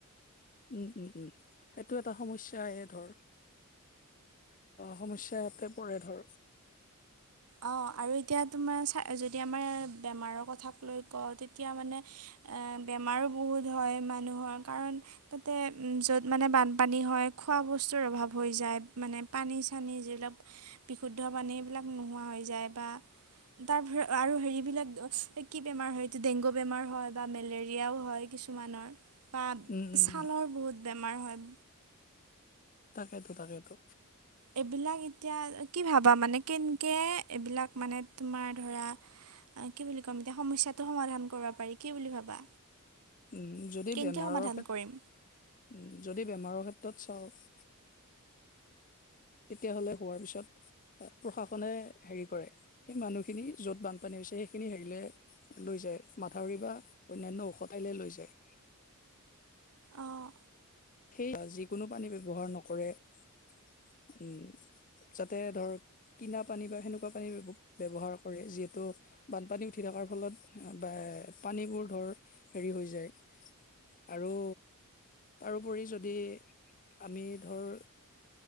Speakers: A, on the left; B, on the right.
A: উম, উম, উম সেইটো এটা সমস্যাই ধৰ সমস্যা ইয়াতে পৰে ধৰ।
B: অ', আৰু এতিয়া তোমাৰ যদি আমাৰ বেমাৰৰ কথাক লৈ কওঁ তেতিয়া মানে এ বেমাৰো বহুত হয় মানুহৰ কাৰণ তাতে য'ত মানে বানপানী হয় খোৱা বস্তুৰ অভাৱ হৈ যায় মানে পানী চানি যিবিলাক বিশুদ্ধ পানীবিলাক নোহোৱা হৈ যায় বা তাৰ আৰু হেৰিবিলাক কি বেমাৰ হয় এইটো ডেংগু বেমাৰ হয় বা মেলেৰিয়াও হয়। কিছুমানৰ বা
A: উম উম
B: ছালৰ বহুত বেমাৰ হয়।
A: তাকেতো তাকেতো।
B: এইবিলাক এতিয়া কি ভাবা মানে কেনেকৈ এইবিলাক মানে তোমাৰ ধৰা কি বুলি ক'ম এতিয়া সমস্যাটো সমাধান কৰিব পাৰি কি বুলি ভাবা?
A: উম যদি
B: কেনেকৈ
A: বেমাৰৰ
B: সমাধান
A: ক্ষেত
B: কৰিম
A: যদি বেমাৰৰ ক্ষেত্ৰত চাওঁক তেতিয়াহ'লে হোৱাৰ পিছত প্ৰশাসনে হেৰি কৰে সেই মানুহখিনি য'ত বানপানী হৈছে সেইখিনি হেৰিলে লৈ যায় মাথাউৰি বা অন্যান্য ও ঠাইলে লৈ যায়।
B: অঁ
A: সেই যিকোনো পানী ব্যৱহাৰ নকৰে উম, যাতে ধৰ কিনা পানী বা সেনেকুৱা পানী ব্যৱহাৰ কৰে যিহেতু বানপানী উঠি থকাৰ ফলত বা পানীবোৰ ধৰ হেৰি হৈ যায়। আৰু তাৰোপৰি যদি আমি ধৰ